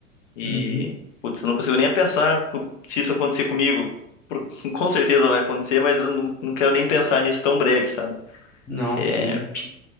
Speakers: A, on the left; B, in the centre.
A: E,
B: Uhum.
A: putz, eu não consigo nem pensar se isso acontecer comigo. Por- <laughs> Com certeza vai acontecer, mas eu não, não quero nem pensar nisso tão breve, sabe?
B: Não,
A: É.
B: sim.